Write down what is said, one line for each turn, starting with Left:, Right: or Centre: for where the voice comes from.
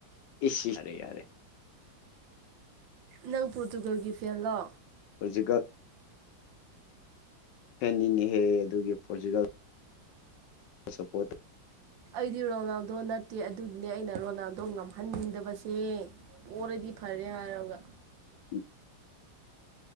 Left: ꯑꯦꯁꯤ ꯌꯥꯔꯦ ꯌꯥꯔꯦ
Right: ꯅꯪ ꯄꯣꯔꯇꯨꯒꯜꯒꯤ ꯐꯦꯟꯂꯣ
Left: ꯍꯧꯖꯤꯒ ꯍꯦꯟꯅꯤꯟꯍꯦ ꯑꯗꯨꯒꯤ ꯄꯣꯔꯆꯨꯒꯜ ꯁꯄꯣꯠ
Right: ꯑꯩꯗꯤ ꯔꯣꯅꯥꯜꯗꯣ ꯅꯠꯇꯦ ꯑꯗꯨꯒꯤꯅꯦ ꯑꯩꯅ ꯔꯣꯅꯥꯜꯗꯣ ꯉꯝꯍꯟꯅꯤꯡꯗꯕꯁꯦ ꯑꯣꯏꯔꯗꯤ ꯐꯔꯦ ꯍꯥꯏꯔꯒ
Left: ꯎꯝ